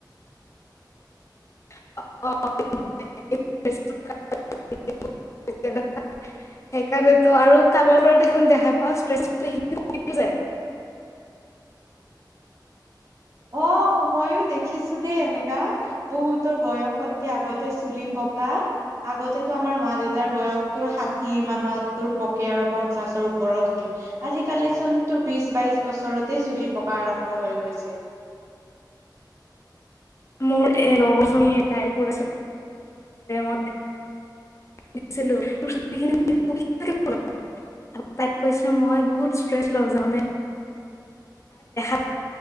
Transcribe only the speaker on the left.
<inaudible> <unintelligible> সেইকাৰণেতো আৰু। কাৰবাৰ পৰা দেখোঁন দেখা পাওঁ <unintelligible> <inaudible>
মোৰ এ, লগৰজনী এটাই <unintelligible> মই। <inaudible> আৰু তাই কৈছো মই বহুত ষ্ট্ৰেছ লওঁ <unintelligible>